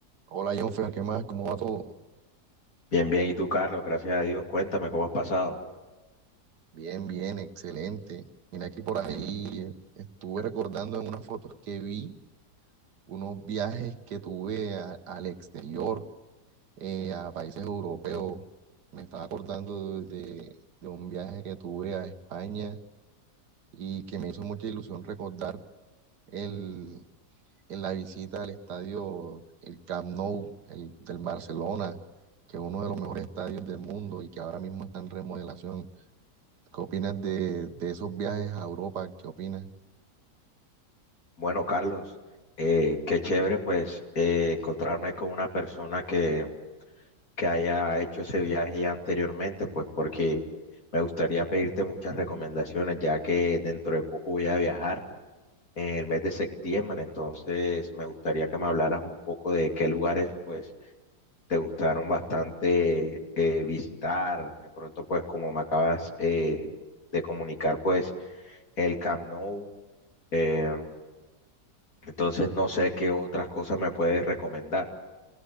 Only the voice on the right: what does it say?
Hola Jonfer, ¿qué más? ¿Cómo va todo?
Bien, bien, excelente. Mira que por ahí eh, estuve recordando en unas fotos que vi unos viajes que tuve a- al exterior, eh, a países europeos. Me estaba acordando de, de- de un viaje que tuve a España y que me hizo mucha ilusión recordar el, en la visita al estadio, el Camp Nou, el del Barcelona, que es uno de los mejores estadios del mundo y que ahora mismo está en remodelación. ¿Qué opinas de, de esos viajes a Europa? ¿Qué opinas?
Pues,
eh,
contamos,
pues,